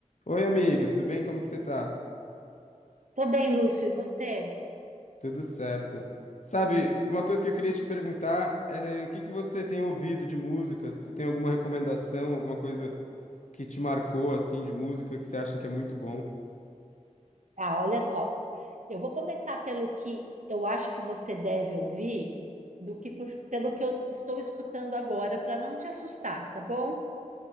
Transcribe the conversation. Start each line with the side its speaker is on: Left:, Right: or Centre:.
Left: Oi, amiga, tudo bem? Como que você tá?
Right: Tô bem, Lúcio, e você?
Left: Tudo certo. Sabe, uma coisa que eu queria te perguntar é o que que você tem ouvido de música? Se tem alguma recomendação, alguma coisa que te marcou, assim, de música que você acha que é muito bom?
Right: Ah, olha só, eu vou começar pelo que eu acho que você deve ouvir do que por- pelo que eu estou escutando agora para não te assustar, tá bom?